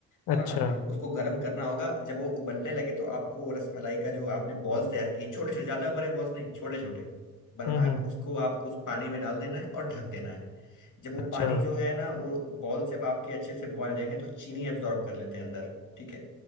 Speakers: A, on the left; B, on the left.
A: है
B: अच्छा
A: ना उसको गर्म करना होगा जब वो उबलने लगे तो आपको वो रसमलाई का जो आपने बॉल्स तैयार किए छोटे छोटे ज्यादा बड़े बॉल्स नहीं छोटे छोटे बना
B: हम्म
A: के
B: हम्म
A: उसको आपको उस पानी में डाल देना है और ढक देना है जब वो
B: अच्छा
A: पानी जो है ना वो बॉल्स जब आपके अच्छे से बॉयल हो जाएंगे तो चीनी एब्जॉर्ब कर लेते हैं अंदर ठीक है